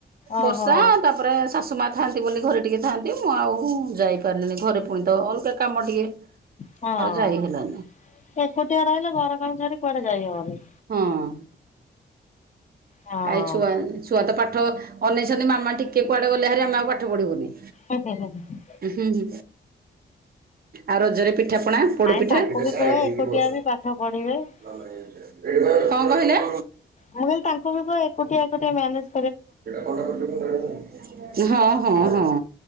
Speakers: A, on the left; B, on the right.
A: ଓହୋ।
B: ବର୍ଷା ତାପରେ ଶାଶୁ ମା ଥାଆନ୍ତି ବୋଲି ଘରେ ଟିକିଏ ଥାଆନ୍ତି ମୁଁ ଆଉ ଯାଇ ପାରିଲି ନି ଘରେ ଟିକେ ତ ଅଲଗା କାମ ଟିକେ <inaudible>
A: ହଁ
B: ଯାଇ ହେଲାନି
A: ଏକୁଟିଆ ରହିଲେ ଘର କାମ ଛାଡିକି କୁଆଡେ ଯାଇହବନି।
B: ହଁ
A: ହଁ
B: ଆ ଛୁଆ ଛୁଆ ତ ପାଠ ଅନେଇଛନ୍ତି ମାମା ଟିକେ କୁଆଡେ ଗଲେ ହେରି ଆମେ ଆଉ ପାଠ ପଢିବୁନି
A: ହୁଁ ହୁଁ ହୁଁ
B: ହୁଁ ଆଉ ରଜରେ ପିଠା ପଣା ପୋଡ଼ପିଠା
A: ନାଇଁ ତାଙ୍କୁ
B: ଟିକେ
A: ବି
B: ସାଇଟ୍
A: କୁହ
B: ହେଇକି
A: ଏକୁଟିଆ
B: ବସ୍। <unintelligible>
A: ବି ପାଠ ପଢିବେ। ମୁଁ
B: କଣ କହିଲେ
A: ମୁଁ ତାଙ୍କୁ କିନ୍ତୁ ଏକୁଟିଆ ଏକୁଟିଆ ମେନେଜ୍
B: <unintelligible> ହଁ ହଁ ହଁ